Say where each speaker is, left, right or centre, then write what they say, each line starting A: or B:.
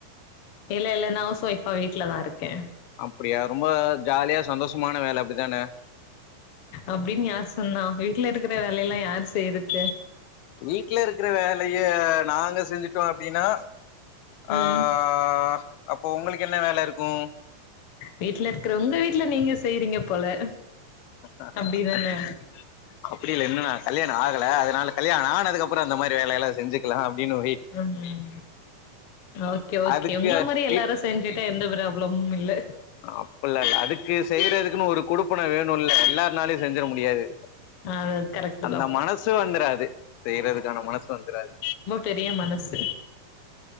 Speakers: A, on the left; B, on the left.
A: இல்ல இல்ல நா ஹவுஸ் ஒய்ஃபா வீட்டுலதான் இருக்கேன்
B: அப்படியா ரொம்ப ஜாலியா சந்தோஷமான வேலை அப்படித்தான
A: அப்டின்னு யார் சொன்னா வீட்ல இருக்கிற வேலை எல்லாம் யாரு செய்றது
B: வீட்ல இருக்கற வேலைய நாங்க செஞ்சுட்டோம் அப்படின்னா ஆஹ்
A: ம்.
B: ஆ அப்போ உங்களுக்கு என்ன வேலை இருக்கும்
A: வீட்டு்ல இருக்கிற உங்க வீட்டுல நீங்க செய்றீங்க போல
B: <unintelligible>
A: அப்படிதானே?
B: அப்டி இல்ல இன்னும் நான் கல்யண ஆகல அதனால கல்யாண ஆனது அப்புறம் அந்த மாரி வேலைய எல்லாம் செஞ்சக்கலாம் அப்படின்னு போய்
A: ம் ஓகே ஓகே
B: அதுக்கு
A: உங்கள மாதிரி எல்லாரும்
B: வெயிட்
A: செஞ்சுட்டா எந்த ப்ராப்ளமும் இல்ல
B: அப்பல்லல்ல அதுக்கு செய்றதுக்குன்னு ஒரு குடுப்பண வேணும்ல்ல எல்லார்னாலயும் செஞ்சிற முடியாது
A: அது கரெக்ட்டு
B: அந்த
A: தான்.
B: மனசு வந்துராது செய்யறதுக்கான மனசு வந்துராது
A: தெரிய மனசு